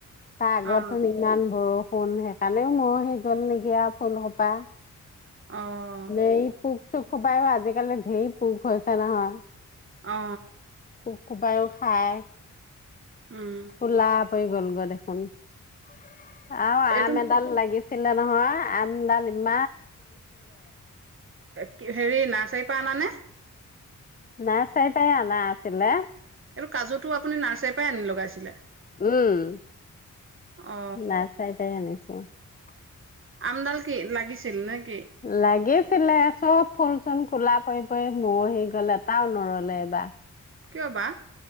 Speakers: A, on the left (about 25°); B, on the right (about 40°).
A: তাৰ আগতো
B: অ
A: ইমান বৰষুণ - ষফুল সেইকাৰণেও মৰহি গ'ল নেকি আৰু ফুলসোপা।
B: অ'-
A: এই পোক সোপায়ো আজিকালি ঢেৰ পোক হৈছে নহয়।
B: অ
A: পোক সোপায়ো- খাওঁ।
B: উম
A: ক'লা পৰি গ'ল গৈ দেখোন। <inaudible> আৰু
B: এইটো
A: আম এডাল লাগি- ছিলে নহয় আমডাল ইম-
B: কি হেৰি নাৰ্চাৰীৰ পৰা আনা নে?
A: নাৰ্চাৰীৰ পৰাই অনা আছিলে।
B: এইটো কাজু টো আপুনি নাৰ্চাৰীৰ পৰাই আনি লগাইছিলে?
A: উম
B: অ
A: নাই চাই পাই আনিছে। <unintelligible>
B: আমডাল কি লাগিছি ছিল নেকি?
A: লাগেচ ছিলে সব ফুল-চুল কলা পৰি পৰি মৰহি গ'ল এটাও নৰলে এইবাৰ
B: কিয় বা?